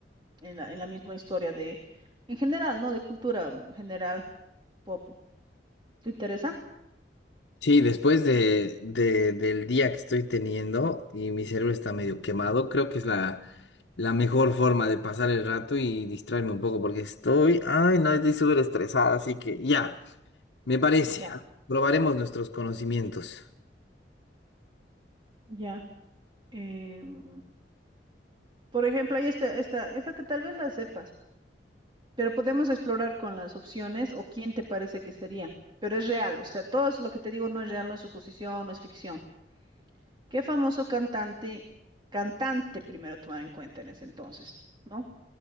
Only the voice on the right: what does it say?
en la, en la misma historia de, en general, ¿no? De cultura mm, general pop. ¿Te interesa?
Ya.
Ya. Em, por ejemplo, hay esta, esta, esta que tal vez la sepas. Pero podemos explorar con las opciones o quién te parece que sería. Pero es real, o sea, todo es lo que te digo no es real, no es suposición, no es ficción. ¿Qué famoso cantante, cantante primero tomar en cuenta en ese entonces, ¿no?